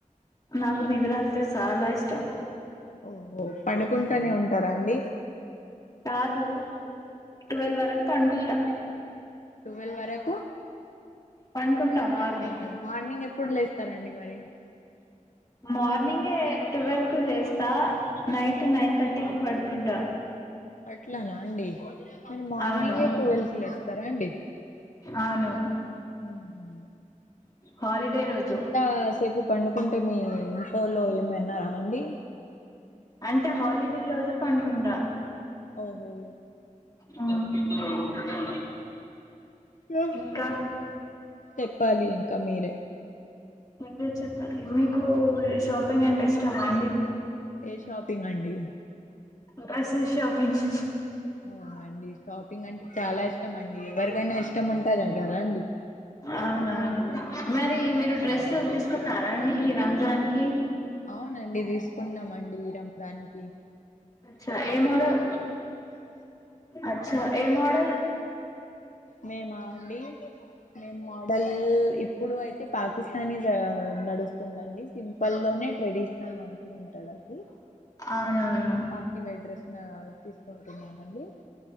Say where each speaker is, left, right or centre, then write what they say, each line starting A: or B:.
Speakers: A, on the left; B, on the left.
A: నాకు నిద్ర అంతే సాలా ఇష్టం.
B: ఓహో పండుకుంటానే ఉంటారా అండి.
A: కాదు ట్వెల్వ్ వరకు పంకుట్ట
B: టువెల్వ్ వరకు
A: పనుకుంటా మార్నింగ్
B: పండుకుంటార మార్నింగ్ ఎప్పుడు లేస్తారండి మరి.
A: మార్నింగే ట్వెల్వ్ కు లేస్తా. నైట్ నైన్ థర్టీకి పడుకుంటా.
B: అట్లనా అండి మీరు మార్నింగే
A: అవును
B: టువెల్వ్ కి లేస్తారా అండి.
A: అవును
B: ఊహు
A: హాలిడే రోజు
B: అంతా సేపు పండుకుంటే మీ ఇంట్లోలు ఏమనరా అండి.
A: అంటే హాలిడే రోజు పండుకుంట
B: ఓహో
A: ఆ
B: న
A: ఇంకా
B: చెప్పాలి ఇంకా మీరే
A: మీరే చెప్పాలి మీకు షాపింగ్ అంటే ఇష్టమా అండి
B: ఏ షాపింగ్ అండి
A: బసల్ షాపింగ్
B: అవునండి షాపింగ్ అంటే చాలా ఇష్టం అండి ఎవరికైనా ఇష్టం ఉంటది కదా అండి
A: అవునా మరి మీరు డ్రెస్ తీ కున్నారండి ఈ రంజాన్కి
B: అవునండి తీసుకున్నామండి ఈ రంగానికి
A: అచ్చ ఏ మోడల్ అచ్చ ఏ మోడల్
B: మేమా అండి మేము మోడల్ ఇప్పుడు అయితే పాకిస్తానీ నడుస్తుందండి సింపుల్ లోనే ట్రెడిషనల్ మంచిగుంటదండి
A: అవునవును
B: పార్టీవేర్ డ్రెస్న తీసుకుంటున్నానండి